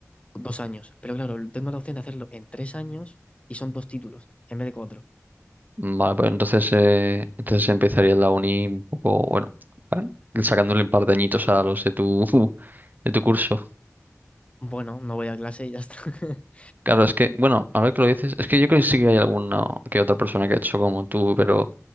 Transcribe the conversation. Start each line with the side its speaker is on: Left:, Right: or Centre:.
Left: dos años. Pero claro, tengo la opción de hacerlo en tres años y son dos títulos en vez de cuatro.
Right: Vale, pues entonces, eh, entonces empezaría la uni un poco, bueno, ¿vale? sacándole un par de añitos a los de tu, <laughs> de tu curso.
Left: Bueno, no voy a clase y ya está. <laughs>
Right: Claro, es que, bueno, ahora que lo dices, es que yo creo que sí que hay alguna que otra persona que ha hecho como tú, pero